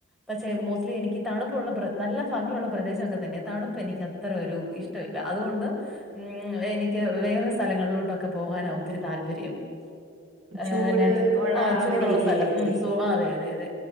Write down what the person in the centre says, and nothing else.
പക്ഷെ മോസ്റ്റ്ലി എനിക്ക് തണുപ്പുള്ള പ്ര നല്ല ഫംഗിയുള്ള പ്രദേശമൊക്കെ തന്നെയാ തണുപ്പ് എനിക്ക് അത്ര ഒരു ഇഷ്. ട്ടവില്ലാ അതുകൊണ്ട് ഉം എനിക്ക് വേറെ സ്ഥലങ്ങളിലോട്ടൊക്കെ പോവാനാ ഒത്തിരി താല്പര്യം. ഏഹ്
ന്നാതി
ആഹ്
ചൂടുള്ള
സ്ഥലം ഉം സു ആഹ് അതെ അതെ അതെ.